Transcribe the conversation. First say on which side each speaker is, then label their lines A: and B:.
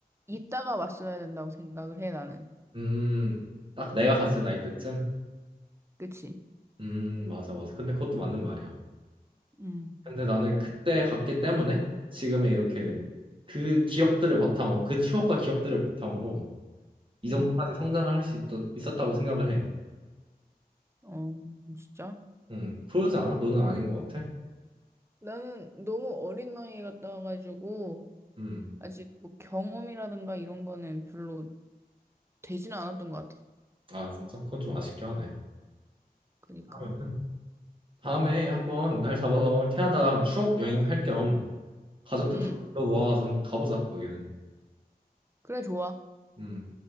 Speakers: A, on the right; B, on the right.
A: 이따가 왔어야 된다고 생각을 해, 나는.
B: 음, 딱 내가 갔을 나이 때쯤.
A: 그치?
B: 음, 맞아, 맞아. 근데 그것도 맞는 말이야.
A: 음,
B: 근데 나는 그때 갔기 때문에 지금의 이렇게
A: 음,
B: 그 기억들을 바탕으로 그 추억과 기억들을 바탕으로 이 정도까지
A: 응.
B: 성장을 할 수 있었다고 생각을 해.
A: 어, 진짜?
B: 음, 그러지 않아? 너는 아닌 것 같아?
A: 나는 너무 어린 나이에 갔다 와가지고,
B: 음.
A: 아직 뭐 경험이라든가 이런 거는 별로 되지는 않았던 것 같아.
B: 아 진짜? 그건 좀 아쉽게 하네.
A: 그니까.
B: 그러면은 다음에 한번 날 잡아서 캐나다 추억 여행 할 겸 가족들
A: 응.
B: 다 불러모아서 한번 가보자 거기는.
A: 그래, 좋아.
B: 음